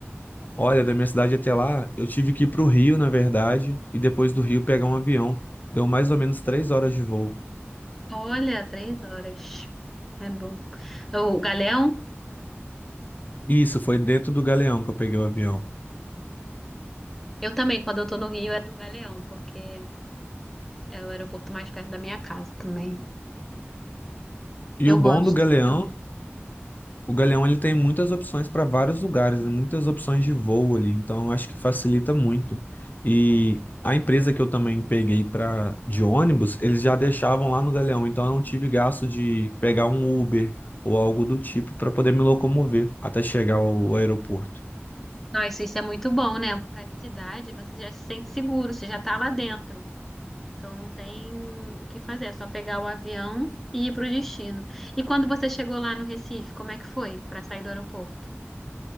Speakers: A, on the left; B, in the centre.
A: Olha, da minha cidade até lá, eu tive que ir para o Rio, na verdade, e depois do Rio pegar um avião. Deu mais ou menos três horas de voo.
B: Olha, três horas. É bom. O Galeão?
A: E isso foi dentro do Galeão que eu peguei o avião.
B: Eu também, quando eu tô no Rio, é do Galeão, porque é o aeroporto mais perto da minha casa também.
A: E
B: Eu
A: o bom
B: gosto.
A: do Galeão, o Galeão ele tem muitas opções para vários lugares, né? muitas opções de voo ali, então eu acho que facilita muito. E a empresa que eu também peguei para de ônibus, eles já deixavam lá no Galeão, então eu não tive gasto de pegar um Uber ou algo do tipo para poder me locomover até chegar ao aeroporto.
B: Nossa, isso é muito bom, né? É Uma praticidade, você já se sente seguro, você já tá lá dentro. Então não tem o que fazer, é só pegar o avião e ir pro destino. E quando você chegou lá no Recife, como é que foi para sair do aeroporto?